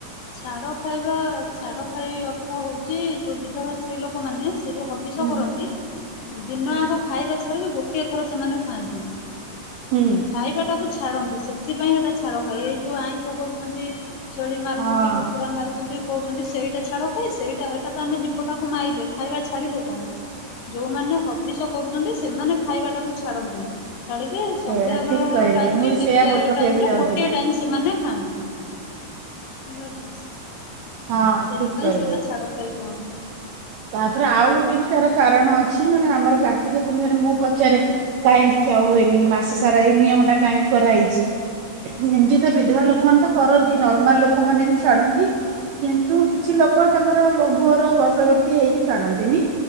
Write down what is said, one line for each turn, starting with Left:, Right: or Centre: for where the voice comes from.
Left: ଛାଡ ଖାଇବା ଛାଡ ଖାଇ ଅର୍ଥ ହଉଛି ଯୋଉ ବିଧବା ସ୍ତ୍ରୀ ଲୋକମାନେ ସେ ଯୋଉ ହବିଷ
Right: ହୁଁ
Left: କରନ୍ତି ଦିନ
Right: ହୁଁ।
Left: ଆଗ ଖାଇବା ଛାଡିକି ଗୋଟେ ଗୋଟିଏ ଥର ସେମାନେ ଖାଆନ୍ତି।
Right: ହୁଁ
Left: ଖାଇବା ଟାକୁ ଛାଡନ୍ତି ସେଥିପାଇଁ ଏଟା ଛାଡ ଖାଇ ଏଇ ଯୋଉ ଆଇଁଷ କରୁଛନ୍ତି ଛେଳି
Right: ହଁ
Left: ଛନ୍ତି କୁକୁଡ଼ା ମାରୁଛନ୍ତି କହୁଛନ୍ତି ସେଇଟା ଛାଡ ଖାଇ ସେଇଟା ସେଟା ତ ଆମେ ଜୀବଟାକୁ ମାରଲେେ ଖାଇବା ଛାଡିଲେ କଣ ଯୋଉମାନେ ହବିଷ କରୁଛନ୍ତି ସେମାନେ ଖାଇବାଟାକୁ ଛାଡନ୍ତି ଛାଡିକି ସନ୍ଧ୍ୟା
Right: ଏ ଠିକ
Left: ବେଳ
Right: କହିଲେ
Left: ଟାଇମ
Right: ମୁଁ
Left: କି
Right: ବି
Left: କେତେ
Right: ସେଇଆ କହିବାକୁ
Left: ଟାଇମରେ
Right: ଯାଉଥିଲି।
Left: ଗୋଟେ ଟାଇମ ସେମାନେ ହଁ କି, ଭଲ ହେଇଛି।
Right: ହଁ
Left: ସେଥିପାଇଁ
Right: ଠିକ କହିଲେ।
Left: ସେଟା ଛାଡ ଖାଇ। ହିଁକି
Right: ତାପରେ ଆଉ ଗୋଟେ ବି ତାର କାରଣ ଅଛି ମାନେ ଆମର କାର୍ତ୍ତିକ ପୂର୍ଣ୍ଣିମରେ ମୁଁ ପଚାରେ କାହିଁକି ଖୀୟା ହୁଏନି ମାସ ସାରା ଏଇ ନିୟମ ଟା କାହିଁକି କରାହେଇଛି ଏମିତି ତ ବିଧବା ଲୋକମାନେତ କରନ୍ତି ନର୍ମାଲ ଲୋକ ମାନେବି ଛାଡନ୍ତି। କିନ୍ତୁ
Left: ହୁଁ।
Right: କିଛି ଲୋକ ତାଙ୍କର ଲୋ ଭର ବର୍ଷବ ହେଇକି ଚାଲନ୍ତିନି